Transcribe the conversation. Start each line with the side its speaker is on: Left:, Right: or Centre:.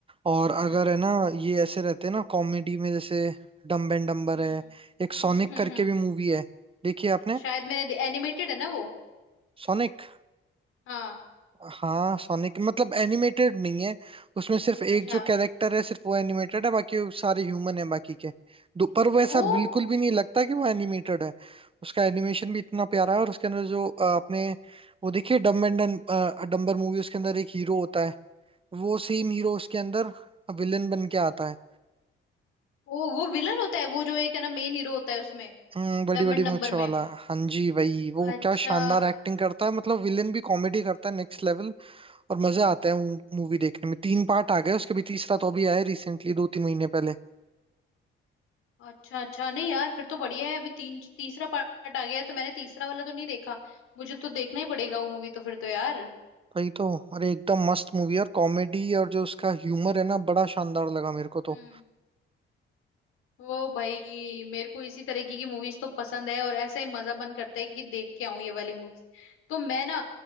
Right: और अगर
Left: हम्म
Right: है ना ये ऐसे रहते हैं ना कॉमेडी में जैसे डम्ब एंड डम्बर
Left: हम्म
Right: है एक सोनिक
Left: हम्म हम्म
Right: करके
Left: हम्म।
Right: भी मूवी है देखिए आपने
Left: शायद मैंने एनिमेटेड है ना वो
Right: सोनिक
Left: हाँ
Right: हाँ सोनिक मतलब एनिमेटेड नहीं है उसमें सिर्फ एक
Left: अच्छा
Right: जो कैरेक्टर है सिर्फ वो एनिमेटेड है बाकी वो सारे ह्यूमन है बाकी के दो पर वो ऐसा
Left: ओ
Right: बिल्कुल भी नहीं लगता कि वो एनिमेटेड है उसका एनिमेशन भी इतना प्यारा है और उसके अंदर जो अ, अपने वो देखिए डम्ब एंड डम्बर मूवी उसके अंदर एक हीरो होता है वो सेम हीरो उसके अंदर विलन बन के आता है
Left: ओ वो विलन होता है वो जो एक है ना मेन हीरो होता है उसमें
Right: हम्म बड़ी
Left: डम्बल
Right: बड़ी मूंछ
Left: नंबर
Right: वाला
Left: में
Right: हाँ जी वही वो
Left: अच्छा
Right: क्या शानदार एक्टिंग करता है मतलब विलेन भी कॉमेडी करता है नेक्स्ट लेवल और मजे आते हैं मूवी देखने में तीन पार्ट आ गए उसके भी तीसरा तो अभी आया रिसेंटली दो तीन महीने पहले
Left: अच्छा अच्छा नहीं यार फिर तो बढ़िया है अभी तीन तीसरा पार्ट आ गया है तो मैंने तीसरा वाला तो नहीं देखा मुझे तो देखना ही पड़ेगा वो मूवी तो फिर तो यार
Right: वही तो अरे एकदम मस्त मूवी है, और कॉमेडी और जो उसका ह्यूमर है ना बड़ा शानदार लगा मेरे को
Left: हम्म
Right: तो
Left: वो भाई मेरे को इसी तरीके की मूवीज तो पसंद है और ऐसा ही मजा मन करता है कि देख के आऊं ये वाली मूवीज तो मैं ना